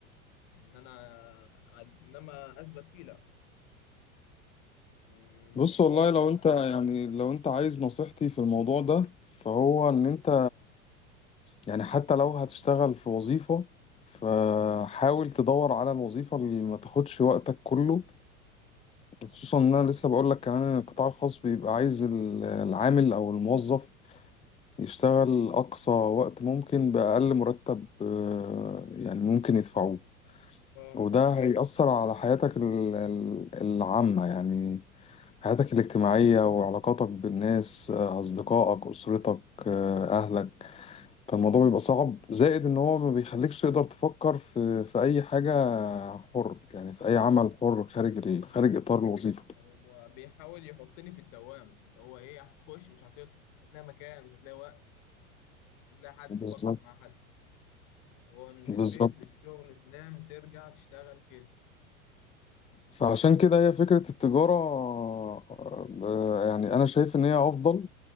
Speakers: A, on the left (about 55°); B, on the left (about 15°).
A: إن أنا أد- إنما أثبت فيه لأ مم،
B: بص
A: مش طبيعي
B: والله
A: خالص
B: لو انت يعني لو انت عايز نصيحتي في الموضوع ده فهو
A: مم.
B: ان انت يعني حتى لو هتشتغل في وظيفة فحاول تدور على الوظيفة اللي ما تاخدش وقتك كله خصوصا ان انا لسه بقول لك كمان ان القطاع الخاص بيبقى عايز ال- العامل او الموظف يشتغل اقصى وقت ممكن باقل مرتب آه، يعني ممكن يدفعوه
A: أه
B: وده هيأثر على حياتك ال- ال- العامة يعني حياتك الاجتماعية وعلاقاتك بالناس آه، أصدقائك أسرتك آه، أهلك فالموضوع بيبقى صعب زائد إن هو ما بيخليكش تقدر تفكر في في أي حاجة حر يعني في أي عمل حر خارج ال-
A: مم.
B: خارج إطار الوظيفة
A: هو بيحاول يحطني في الدوامة اللي هو إيه هتخش مش هتطلع مش هتلاقي مكان مش هتلاقي وقت مش هتلاقي حد
B: بالظبط
A: تفكر مع حد هو من
B: بالظبط
A: البيت للشغل تنام ترجع تشتغل كده
B: فعشان كده هي فكرة التجارة آه، آه، يعني أنا شايف إن هي أفضل